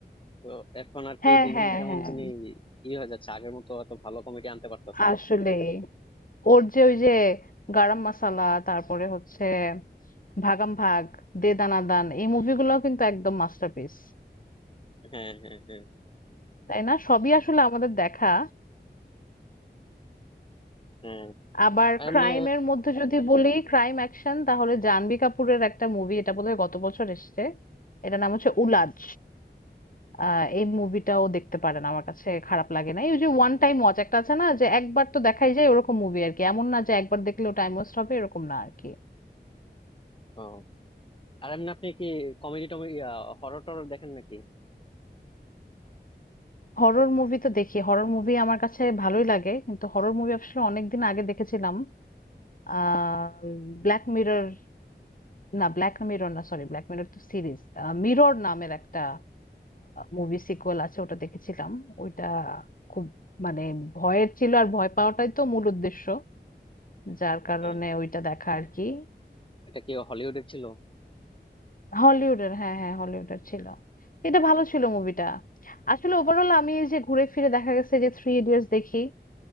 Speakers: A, on the left; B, on the left.
A: তো এখন আর কি
B: হ্যাঁ
A: দিন
B: হ্যাঁ
A: দিন কেমন
B: হ্যাঁ
A: যিনি ই হয়ে যাচ্ছে আগের মতো অত ভালো কমেডি আনতে পারতেছে না
B: আসলে
A: ঠিক তো,
B: ওর যে ওই যে গারাম মাসালা তারপরে হচ্ছে ভাগাম ভাগ দে দানা দান এই মুভিগুলো কিন্তু একদম মাস্টারপিস
A: হ্যাঁ হ্যাঁ হ্যাঁ
B: তাই না সবই আসলে আমাদের দেখা
A: হ্যাঁ
B: আবার
A: আর এমনি
B: ক্রাইমের মধ্যে যদি বলি ক্রাইম অ্যাকশন তাহলে জাহ্নবী কাপুরের একটা মুভি এটা বোধহয় গত বছর এসেছে এটার নাম হচ্ছে উলাজ আহ, এই মুভিটাও দেখতে পারেন আমার কাছে খারাপ লাগে না এই যে ওয়ান টাইম ওয়াচ একটা আছে না যে একবার তো দেখাই যায় ওরকম মুভি আর কি এমন না যে একবার দেখলে টাইম ওয়েস্ট হবে এরকম না আর কি
A: ও আর এমনি আপনি কি কমেডি টমেডি হরর টরর দেখেন নাকি
B: হরর মুভি তো দেখি হরর মুভি আমার কাছে ভালোই লাগে কিন্তু হরর মুভি আসলে অনেকদিন আগে দেখেছিলাম আহ ব্ল্যাক মিরর না ব্ল্যাক মিরর না সরি ব্ল্যাক মিরর তো সিরিজ মিরর নামের একটা মুভি সিকুয়েল আছে ওটা দেখেছিলাম ওইটা খুব মানে ভয়ের ছিল আর ভয় পাওয়াটাই তো মূল উদ্দেশ্য যার কারণে
A: আহ,
B: ওইটা দেখা আর কি
A: এটা কি হলিউডের ছিল
B: হলিউডের হ্যাঁ হ্যাঁ হলিউডের ছিল এটা ভালো ছিল মুভিটা আসলে ওভারঅল আমি এই যে ঘুরে ফিরে দেখা গেছে যে থ্রি ইডিয়টস দেখি